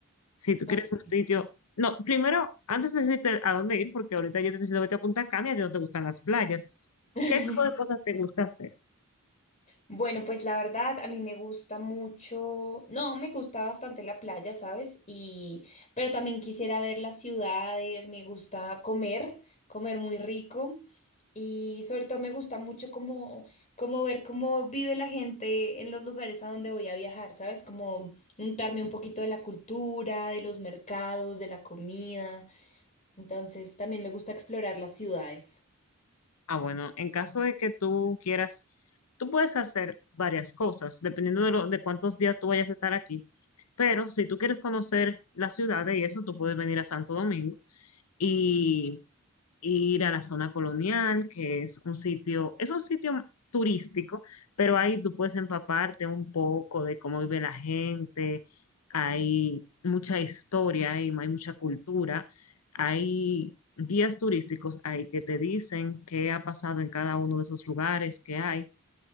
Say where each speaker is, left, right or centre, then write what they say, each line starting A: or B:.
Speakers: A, on the left; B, on the left.
A: si tú
B: Ok.
A: quieres un sitio. No, primero, antes de decirte a dónde ir, porque ahorita yo te decido vete a Punta Cana y a ti no te gustan las playas.
B: <laughs>
A: ¿Qué tipo de cosas te gusta hacer?
B: Bueno, pues la verdad, a mí me gusta mucho, no, me gusta bastante la playa, ¿sabes? Y, pero también quisiera ver las ciudades, me gusta comer, comer muy rico y sobre todo me gusta mucho como, como ver cómo vive la gente en los lugares a donde voy a viajar, ¿sabes? Como untarme un poquito de la cultura, de los mercados, de la comida. Entonces, también me gusta explorar las ciudades.
A: Ah, bueno, en caso de que tú quieras, tú puedes hacer varias cosas, dependiendo de, lo, de cuántos días tú vayas a estar aquí. Pero si tú quieres conocer las ciudades y eso, tú puedes venir a Santo Domingo y ir a la zona colonial, que es un sitio, es un sitio turístico, pero ahí tú puedes empaparte un poco de cómo vive la gente, hay mucha historia, hay, hay mucha cultura, hay guías turísticos ahí que te dicen qué ha pasado en cada uno de esos lugares que hay,